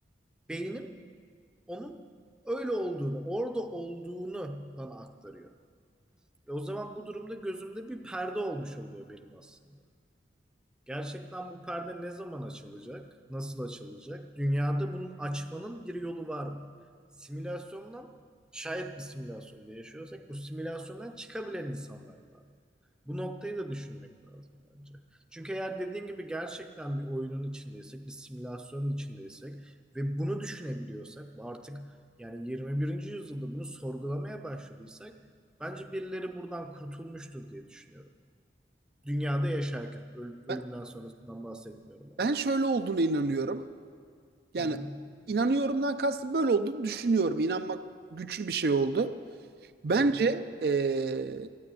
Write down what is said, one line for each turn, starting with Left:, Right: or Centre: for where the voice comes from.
Centre: Beynim onun öyle olduğunu, orada olduğunu bana aktarıyor. E o zaman bu durumda gözümde bir perde olmuş oluyor benim aslında. Gerçekten bu perde ne zaman açılacak? Nasıl açılacak? Dünyada bunun açmanın bir yolu var mı? Simülasyondan şayet bir simülasyonda yaşıyorsak bu simülasyondan çıkabilen insanlar var mı? Bu noktayı da düşünmek lazım bence. Çünkü eğer dediğin gibi gerçekten bir oyunun içindeysek, bir simülasyonun içindeysek ve bunu düşünebiliyorsak, artık yani 21. yüzyılda bunu sorgulamaya başladıysak bence birileri buradan kurtulmuştur diye düşünüyorum. Dünyada yaşarken, öl- ölümden
Right: Ben,
Centre: sonrasından bahsetmiyorum ama.
Right: ben şöyle olduğuna inanıyorum. Yani
Centre: Hı hı,
Right: inanıyorumdan kastım böyle olduğunu düşünüyorum. İnanmak güçlü bir şey oldu. Bence
Centre: hı hı,
Right: eee,